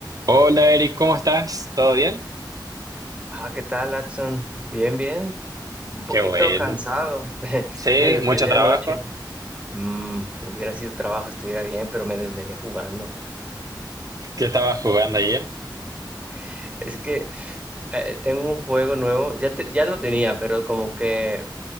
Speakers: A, on the right (about 50°); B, on the right (about 15°).
A: Hola Eric, ¿cómo estás? ¿Todo bien?
B: Ah, ¿qué tal, Adson? Bien, bien. Un poquito
A: Qué bueno.
B: cansado. <laughs>
A: Sí,
B: Me desvelé
A: mucho trabajo.
B: anoche. Mm, hubiera sido trabajo, estuviera bien, pero me desvelé jugando.
A: ¿Qué estabas jugando ayer?
B: <laughs> Es que eh, tengo un juego nuevo. Ya, te- ya lo tenía, pero como que